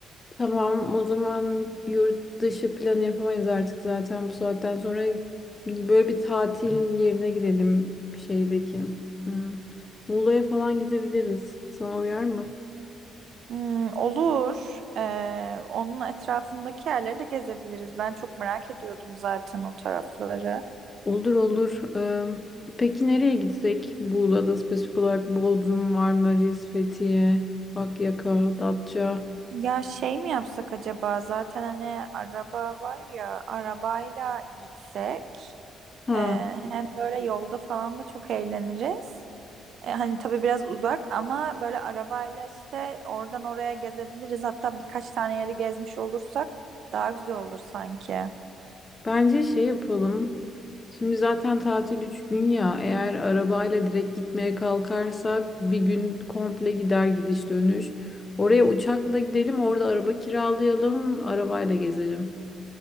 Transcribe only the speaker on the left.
Tamam, o zaman yurt dışı planı yapamayız artık zaten bu saatten sonra. Böyle bir tatil yerine gidelim şeydeki. Hmm. Muğla'ya falan gidebiliriz. Sana uyar mı?
Olur olur. Ee, peki nereye gitsek? Buğla'da spesifik olarak Bodrum, Marmaris, Fethiye, Akyaka, Datça.
Ha,
bence şey yapalım. Şimdi zaten tatil 3 gün ya. Eğer arabayla direkt gitmeye kalkarsak bir gün komple gider gidiş dönüş. Oraya uçakla gidelim, orada araba kiralayalım, arabayla gezelim.